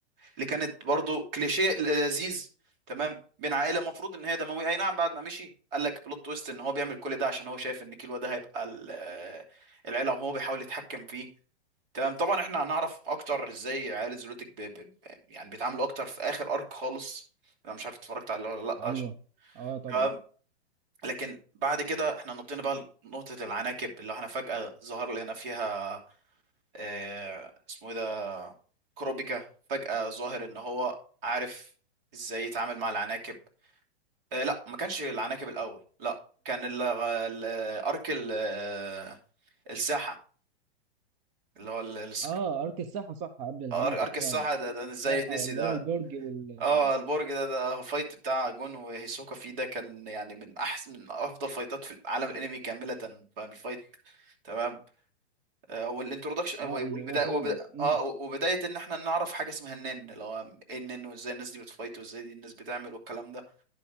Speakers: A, on the right; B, on the right.
A: اللي كانت برضو كليشيه لذيذ تمام بين عائله المفروض ان هي دمويه اي نعم بعد ما مشي قال لك بلوت تويست ان هو بيعمل كل ده عشان هو شايف ان كيلو ده هيبقى ال- آه، العيله وهو بيحاول يتحكم فيه تمام طبعا احنا هنعرف اكتر ازاي عائله زولوتك ب... ب... ب- يعني بيتعاملوا اكتر في اخر ارك خالص انا مش عارف اتفرجت عليه ولا لا
B: ايوه
A: عشان-
B: اه طبعا
A: تمام لكن بعد كده احنا نطينا بقى نقطة العناكب اللي احنا فجأة ظهر لنا فيها اه اسمه ايه ده كروبيكا فجأة ظاهر ان هو عارف ازاي يتعامل مع العناكب آه لا ما كانش العناكب الاول لا كان ال- ال- ارك ال- آه، الساحة اللي هو ال- السك-
B: اه ارك الساحه صح قبل العناكب
A: أر- ارك الساحة
B: فعلا
A: ده,
B: ارك
A: ده
B: الساحه
A: ازاي يتنسي
B: اللي
A: ده
B: هو البرج وال
A: اه البرج ده ده فايت بتاع جون وهيسوكا فيه ده كان يعني من احسن من افضل فايتات في العالم الانمي كاملة فاهم الفايت تمام. آه، والانترودكشن
B: اه
A: والبدايه
B: اللي هو فعلا
A: وبدا-
B: امم
A: اه وبدايه ان احنا نعرف حاجه اسمها النن اللي هو ايه النن وازاي الناس دي بتفايت وازاي دي الناس بتعمل والكلام ده